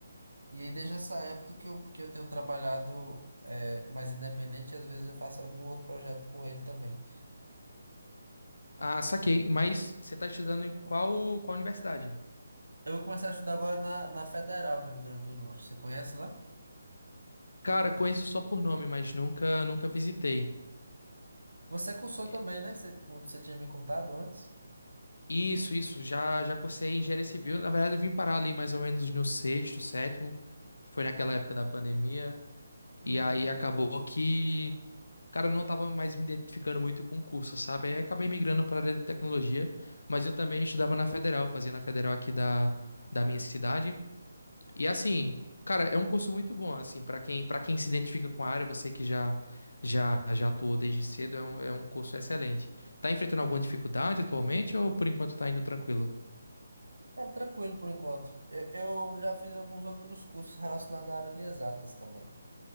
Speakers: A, on the right; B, on the left.
A: E aí, desde essa época que eu, que eu tenho trabalhado eh, mais independente, e às vezes eu faço algum outro projeto com ele também.
B: Ah, saquei. Mas você tá estudando em qual, qual universidade?
A: Eu vou começar a estudar agora na, na Federal do Rio Grande do Norte. Você conhece lá?
B: Cara, conheço só por nome, mas nunca, nunca visitei.
A: Você cursou
B: E-
A: também, né? Que Você, o- que você tinha me contado antes.
B: Isso, isso. Já, já cursei engenharia civil. Na verdade, eu vim parar ali mais ou menos no sexto, sétimo. Foi naquela época da pandemia.
A: Uhum.
B: E aí acabou que Cara, eu não tava mais me identificando muito com o curso, sabe? Aí acabei migrando para a área de tecnologia, mas eu também estudava na Federal, fazia na Federal aqui da, da minha cidade. E assim, cara, é um curso muito bom, assim, para quem, para quem se identifica com a área, você que já já já atuou desde cedo, é um, é um curso excelente. Tá enfrentando alguma dificuldade atualmente ou por enquanto tá indo tranquilo?
A: Cara, tranquilo por enquanto. Eu, eu já fiz alguns outros cursos relacionados à área de exatas também.